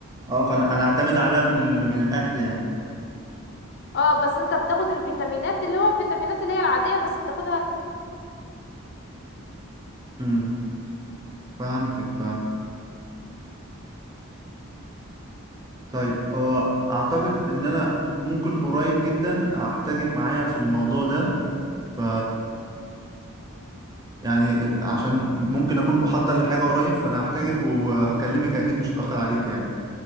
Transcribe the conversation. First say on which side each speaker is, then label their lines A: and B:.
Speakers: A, on the right; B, on the left.
A: اه فانا انا اعتمد عليها من ال... من الاكل يعني
B: اه بس انت بتاخد الفيتامينات اللي هو الفيتامينات اللي هي العادية بس بتاخدها
A: امم فهمتك فهمت طيب هو اعتقد ان انا ممكن قريب جدا احتاجك معايا في الموضوع ده ف يعني عشان ممكن اكون بحضر لحاجة قريب فانا هحتاجك وهكلمك اكيد مش هتأخر عليك يعني